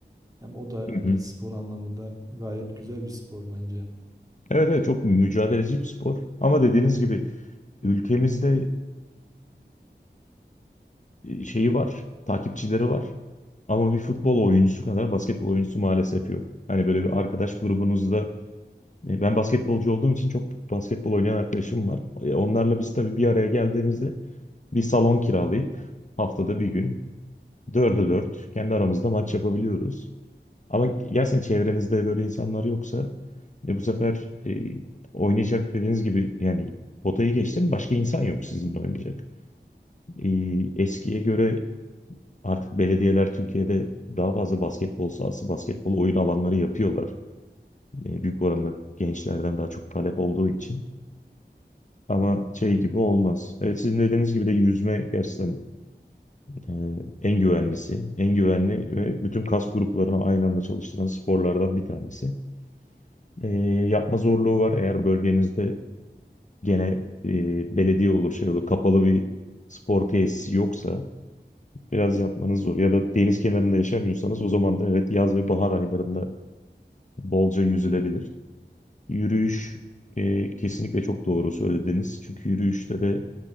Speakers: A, on the right (about 20°); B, on the left (about 40°).
A: Hem o da
B: Hı
A: hani
B: hı.
A: spor anlamında gayet güzel bir spor bence.
B: Evet evet çok mücadeleci bir spor. Ama dediğiniz gibi ülkemizde şeyi var, takipçileri var. Ama bir futbol oyuncusu kadar basketbol oyuncusu maalesef yok. Hani böyle bir arkadaş grubunuzda e, ben basketbolcu olduğum için çok basketbol oynayan arkadaşım var. E, Onlarla biz tabii bir araya geldiğimizde bir salon kiralayıp haftada bir gün dörde dört kendi aramızda maç yapabiliyoruz. Ama gerçekten çevrenizde böyle insanlar yoksa e, bu sefer e, oynayacak dediğiniz gibi yani potayı geçtim başka insan yok sizinle oynayacak. E, eskiye göre Artık belediyeler Türkiye'de daha fazla basketbol sahası, basketbol oyun alanları yapıyorlar. E, büyük oranda gençlerden daha çok talep olduğu için. Ama şey gibi olmaz. Evet, sizin dediğiniz gibi de yüzme gerçekten e, en güvenlisi, en güvenli ve bütün kas gruplarını aynı anda çalıştıran sporlardan bir tanesi. E, yapma zorluğu var. Eğer bölgenizde gene e, belediye olur, şey olur, kapalı bir spor tesisi yoksa biraz yapmanız zor. Ya da deniz kenarında yaşamıyorsanız o zaman da evet yaz ve bahar aylarında bolca yüzülebilir. Yürüyüş e, kesinlikle çok doğru söylediniz. Çünkü yürüyüşte de